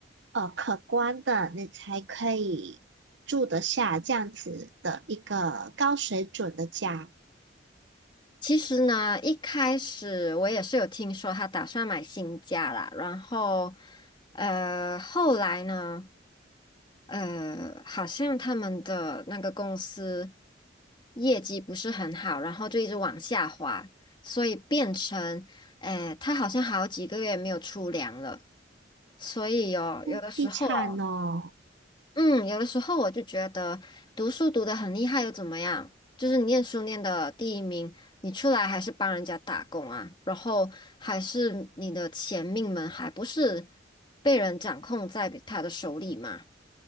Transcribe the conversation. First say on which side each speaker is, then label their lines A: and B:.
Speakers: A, on the right; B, on the left.
A: 呃可观的，你才可以住得下这样子的一个高水准的家，
B: 其实呢，一开始我也是有听说他打算买新家啦，然后呃，后来呢？呃，好像他们的那个公司业绩不是很好，然后就一直往下滑，所以变成，哎，他好像好几个月没有出粮了。所以哦，
A: 那凄惨哦。
B: 有的时候哦，嗯，有的时候我就觉得读书读得很厉害又怎么样？就是你念书念的第一名，你出来还是帮人家打工啊，然后还是你的钱命门还不是被人掌控在他的手里嘛？